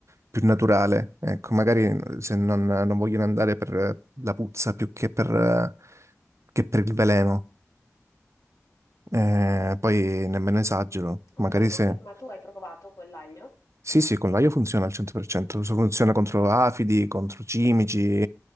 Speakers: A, on the right (about 60°); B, on the left (about 65°).
A: più naturale. Ecco, magari se non, non vogliono andare per la puzza più che per, che per il veleno, Eh, poi nemmeno esagero, magari
B: Ok,
A: se...
B: ma, quin- ma tu hai provato quell'aglio?
A: Sì, sì, con l'aglio funziona al 100%, so- funziona contro afidi, contro cimici,